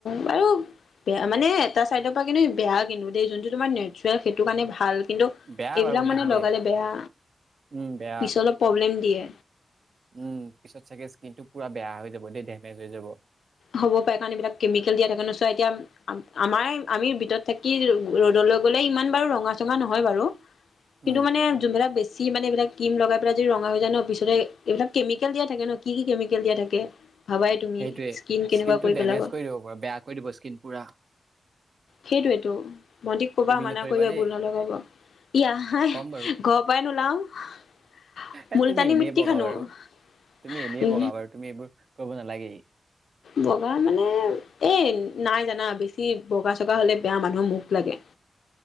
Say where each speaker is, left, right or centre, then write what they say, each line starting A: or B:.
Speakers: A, on the left; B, on the right.
A: বাৰু বেয়া মানে এটা চাইডৰ পৰা কিন্তু বেয়া কিন্তু দেই যোনটো তোমাৰ নেচুৱেল সেইটো কাৰণে ভাল কিন্তু
B: বেয়া
A: এইবিলাক
B: বাৰু গম
A: মানে
B: পাইছো দেই
A: লগালে বেয়া
B: উম বেয়া
A: পিছলৈ প্ৰব্লেম দিয়ে
B: উম পিছত চাগে স্কীনটো পুৰা বেয়া হৈ যাব দেই ডেমেজ হৈ যাব
A: হ'ব পাৰে কাৰণ এইবিলাক কেমিকেল দিয়া থাকে ন চোৱা এতিয়া আমাৰ আমি ভিতৰত থাকি ৰ'দলৈ গ'লে ইমান বাৰু ৰঙা চঙা নহয় বাৰু
B: উম
A: কিন্তু মানে যোনবিলাক বেছি চি মানে এইবিলাক ক্ৰীম লগাই পেলাই যদি ৰঙা হৈ যায় ন পিছতে এইবিলাক কেমিকেল দিয়া থাকে ন কি কি কেমিকেল দিয়া থাকে ভাবাই তুমি
B: সেইটোৱে
A: স্কিন কেনেকুৱা
B: স্কিনটো ডেমেজ
A: পেলাব
B: কৰি দিব পবেয়া কৰি দিব স্কিন পুৰা
A: সেইটোৱেটো ভণ্টিক কবা
B: তুমি
A: মানা
B: নকৰিবা
A: কৰিবা এইবোৰ
B: দেই
A: নলগাব ইয়াই
B: ক'ম বাৰু
A: ঘৰৰ পৰাই নোলাও
B: এ
A: মোলতানি
B: তুমি এনেই
A: মিটটি
B: বগা
A: সানো
B: বাৰু
A: উ
B: তুমি এনেই বগা বাৰু তুমি এইবোৰ কৰিব নালাগেই
A: বগা মানে এই নাই জানা বেছি বগা চগা হ'লে বেয়া মানুহৰ মুখ লাগে